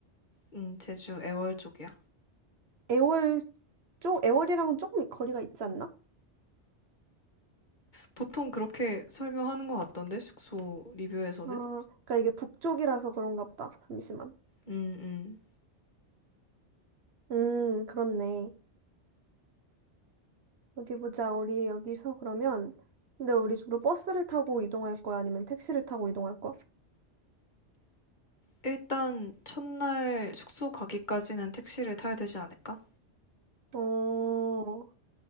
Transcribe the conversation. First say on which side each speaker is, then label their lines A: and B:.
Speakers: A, on the left; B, on the right.
A: 음, 제주 애월 쪽이야.
B: 애월 쪽, 애월이랑은 조금 거리가 있지 않나? 어,
A: 보통 그렇게 설명하는 것 같던데, 숙소 리뷰에서는?
B: 그러니까 이게 북쪽이라서 그런가 보다. 잠시만.
A: 음, 음.
B: 음, 그렇네. 어디 보자. 우리 여기서 그러면 근데 우리 주로 버스를 타고 이동할 거야? 아니면 택시를 타고 이동할 거야?
A: 일단, 첫날 숙소 가기까지는 택시를 타야 되지 않을까?
B: 어,